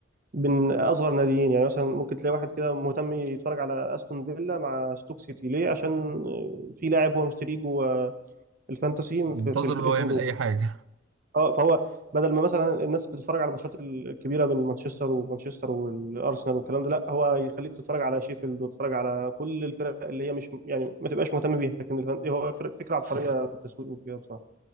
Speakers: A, on the right; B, on the right.
A: من اصغر ناديين يعني مثلا ممكن تلاقي واحد كده مهتم يتفرج على استون فيلا مع ستوك سيتي ليه عشان آه، في لاعب هو مشتريه جوه الفانتسي
B: منتظر
A: في في الفرقتين
B: اللي هو يعمل
A: دول
B: أي حاجة
A: اه فهو بدل ما مثلا الناس بتتفرج على الماتشات الكبيره بين مانشستر ومانشستر والارسنال والكلام ده لا هو يخليك تتفرج على شيفيلد وتتفرج على كل الفرق اللي هي مش يعني ما تبقاش مهتم بيها لكن الفن هو فرق فكره عبقريه في التسويق وكده بصراحه